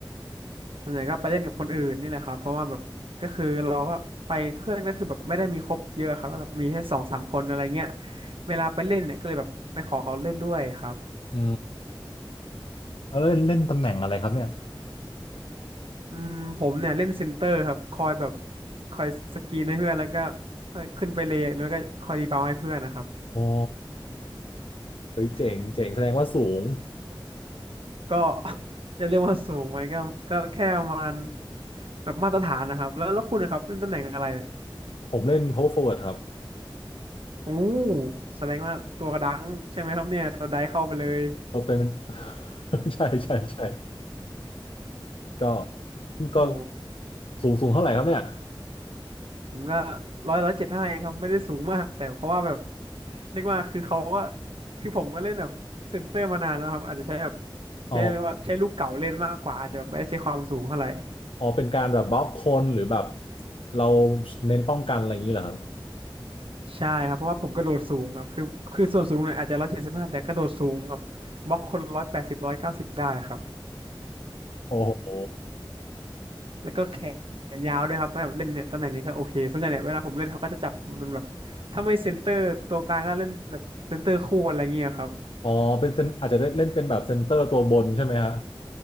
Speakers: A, on the right; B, on the left.
A: ส่วนใหญ่ก็ไปเล่นกับคนอื่นนี่แหละครับเพราะว่าแบบก็คือเราก็ไปเพื่อนก็คือแบบไม่ได้มีครบเยอะครับก็แบบมีแค่สองสามคนอะไรเงี้ยเวลาไปเล่นเนี่ยก็เลยแบบไปขอเขาเล่นด้วยครับ
B: อืมแล้วเล่นเล่นตำแหน่งอะไรครับเนี่ย
A: อืมผมเนี่ยเล่นเซนเตอร์ครับคอยแบบคอยสกรีนให้เพื่อนแล้วก็เอ่อขึ้นไปเลยแล้วก็คอยรีบาวด์ให้เพื่อนนะครับ
B: อ๋อเฮ้ยเจ๋งเจ๋งแสดงว่าสูง
A: ก็ <laughs> จะเรียกว่าสูงไหมก็ก็แค่ประมาณแบบมาตรฐานนะครับแล้วแล้วคุณนะครับเล่นตำแหน่งอะไร
B: ผมเล่น power forward ครับ
A: โอ้แสดงว่าตัวกระดังใช่ไหมครับเนี่ยตัวไดเข้าไปเลย
B: ก็เป็น <laughs> ใช่ใช่ใช่ก็ก็
A: โอ้
B: สูงสูงเท่าไหร่ครับเนี่ย
A: ผมก็ร้อยร้อยเจ็ดห้าเองครับไม่ได้สูงมากแต่เพราะว่าแบบเรียกว่าคือเขาก็คือผมก็เล่นแบบเซนเตอร์มานานแล้วครับอาจจะใช้แบบ
B: อ๋อ
A: ใช้เรียกว่าใช้ลูกเก่าเล่นมากกว่าอาจจะแบบไม่ได้ใช้ความสูงเท่าไหร่
B: อ๋อเป็นการแบบบล็อกคนหรือแบบเราเน้นป้องกันอะไรอย่างนี้เหรอครับ
A: ใช่ครับเพราะว่าผมกระโดดสูงครับคือคือส่วนสูงเนี่ยอาจจะร้อยเจ็ดสิบห้าแต่กระโดดสูงแบบบล็อกคนร้อยแปดสิบร้อยเก้าสิบได้ครับ
B: โอ้โห
A: แล้วก็แขนยาวด้วยครับถ้าแบบเล่นเนี่ยตำแหน่งนี้ก็โอเคส่วนใหญ่เนี่ยเวลาผมเล่นเขาก็จะจับเป็นแบบถ้าไม่เซนเตอร์ตัวกลางก็เล่นแบบเซนเตอร์คู่อะไรเงี้ยครับ
B: อ๋อเป็นเซนอาจจะเล่นเป็นแบบเซนเตอร์ตัวบนใช่ไหมฮะ